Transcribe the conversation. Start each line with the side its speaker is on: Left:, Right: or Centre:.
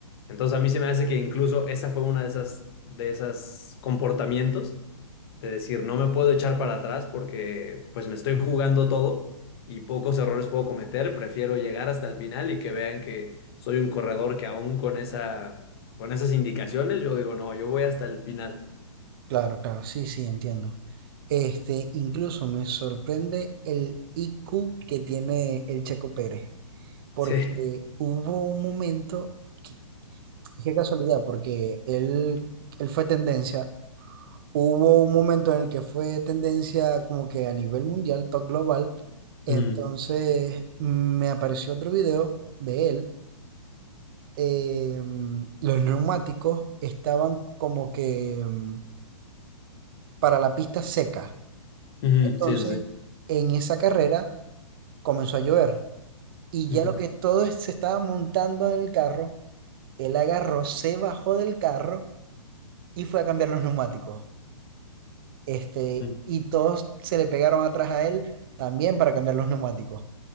Left: Entonces a mí se me hace que incluso esa fue una de esas, de esas comportamientos de decir, no me puedo echar para atrás porque pues me estoy jugando todo y pocos errores puedo cometer, prefiero llegar hasta el final y que vean que soy un corredor que aún con esa, con esas indicaciones, yo digo, no, yo voy hasta el final. <laughs>
Right: Claro, claro, sí, sí, entiendo. Este, incluso me sorprende el IQ que tiene el Checo Pérez, porque
Left: Sí.
Right: hubo un momento, que- qué casualidad, porque él, él fue tendencia, hubo un momento en el que fue tendencia como que a nivel mundial, top global, entonces
Left: Ujú,
Right: me apareció otro video de él, em, los neumáticos estaban como que em, para la pista seca.
Left: ujú,
Right: Entonces,
Left: Sí, sí, sí.
Right: en esa carrera comenzó a llover y
Left: Ujú,
Right: ya lo que todos se estaban montando en el carro, él agarró, se bajó del carro y fue a cambiar los neumáticos. Este,
Left: ujú,
Right: y todos se le pegaron atrás a él también para cambiar los neumáticos.